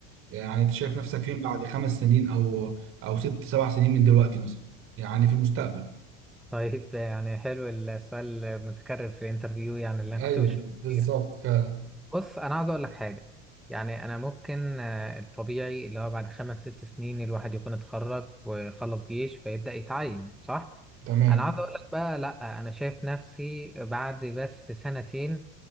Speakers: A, on the right; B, in the centre.
A: يعني انت شايف نفسك فين بعد خمس سنين او او ست سبع سنين من دلوقتي مثلا يعني في المستقبل
B: طيب يعني حلو السؤال المتكرر في الانترفيو يعني اللي انا
A: ايوه
B: كنت بشوفه
A: بالظبط
B: كتير
A: فعلا
B: بص انا عاوز اقول لك حاجه يعني انا ممكن آه، الطبيعي اللي هو بعد خمس ست سنين الواحد يكون اتخرج وخلص جيش فيبدا يتعين صح
A: تمام
B: انا عاوز اقول لك بقى لا انا شايف نفسي بعد بس سنتين